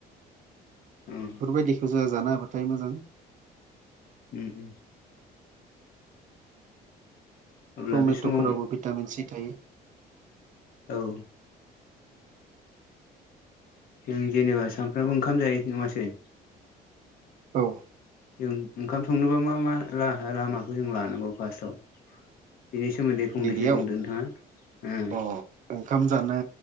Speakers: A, on the left (about 60°); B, on the right (about 50°).
A: उम
B: बेफोरबायदिखौ जोंहा जानो हाबाथाय मोजां।
A: उम अब्ला
B: टमेट'फोरावबो
A: बे समाव
B: भिटामिन सि थायो
A: औ जों जेनेबा सामफ्रामबो ओंखाम जायोसै नङासै।
B: औ
A: जों ओंखाम संनोबा मा मा लामाखौ जों लानांगौ फार्स्टआव? बिनि सोमोन्दै फंनैसो
B: गिबियाव
A: बुंद नोंथाङा।
B: अ ओंखाम जानो